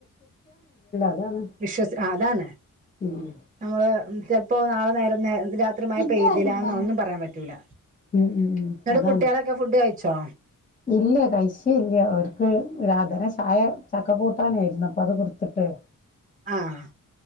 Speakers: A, on the left; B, on the right.
A: അതാണ്
B: വിശ്വസി അതാണ്
A: ഉം
B: നമ്മള് ക ഇപ്പോ നാളെ നേര നേ രാത്രിമയ
A: ഇജ്ജാർക്ക്ണ്ടാ
B: പെയ്തില്ല ഒന്നും പറയാൻ പറ്റൂല്ല
A: ഉം ഉം ഉം
B: നിട്ട്
A: അതാണ്
B: കുട്ടികളൊക്കെ ഫുഡ് കഴ ച്ചോ
A: ഇല്ല കയിച്ചിട്ടില്ല അവർക്ക് ഒരാധന ചായ ചക്ക കൂട്ടാനായിരുന്നു അപ്പൊ അത് കൊടുത്തിട്ട്,
B: ആഹ്